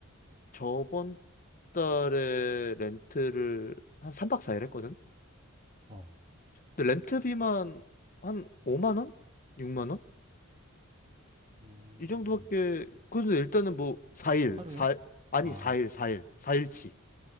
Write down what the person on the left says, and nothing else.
저번 달에 렌트를 한 3박 4일 했거든.
근데 렌트비만 한 5만 원? 6만 원?
이 정도밖에 그래서 일단은 뭐 4일,
사 아니
4일, 4일, 4일치.